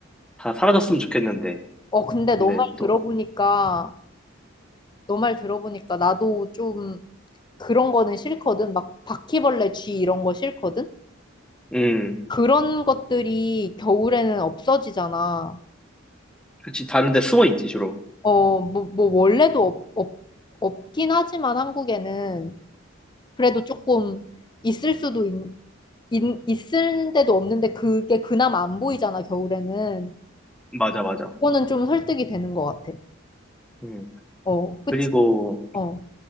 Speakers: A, in the centre; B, on the left (about 20°).
A: 다 사라졌으면 좋겠는데
B: 어, 근데
A: 근데
B: 너 말
A: 또
B: 들어보니까, 너 말 들어보니까 나도 좀 그런 거는 싫거든. 막 바퀴벌레, 쥐 이런 거 싫거든.
A: 음.
B: 그런 것들이 겨울에는 없어지잖아.
A: 그치, 다른 데 숨어 있지, 주로.
B: 어, 뭐, 뭐 원래도 없, 없, 없긴 하지만 한국에는 그래도 조금 있을 수도 있, 있, 있을 데도 없는데 그게 그나마 안 보이잖아, 겨울에는.
A: 맞아, 맞아.
B: 그거는 좀 설득이 되는 것 같아.
A: 음.
B: 어, 그치?
A: 그리고
B: 어.